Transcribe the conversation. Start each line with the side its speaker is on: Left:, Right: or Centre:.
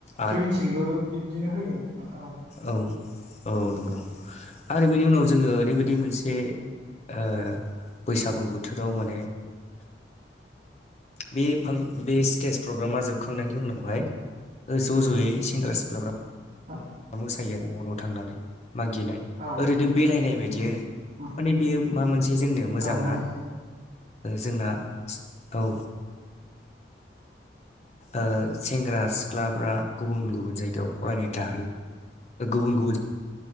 Left: आरो
Right: जोंनिथिंबो बिब्दिनो होयो नोंथां औ।
Left: औ औ नंगौ आरो बेनि उनाव जोङो ओरैबायदि मोनसे ओ बैसागु बोथोराव माने बे बे स्टेज प्रग्रामा जोबखांनायनि उनावहाय ओ ज' ज'यै सेंग्रा सिख्लाफ्रा
Right: औ।
Left: मोसायो न' न' थांनानै मागिनाय
Right: औ
Left: ओरैनो बेरायनाय बायदि
Right: उम
Left: आरो
Right: उम
Left: माने बेयो माबा मोनसे जोंनि मोजाङा
Right: औ माने
Left: जोंना औ। ओ सेंग्रा सिख्लाफ्रा गुबुन गुबुन जायगायाव फरायनो थाहैयो। गुबुन गुबुन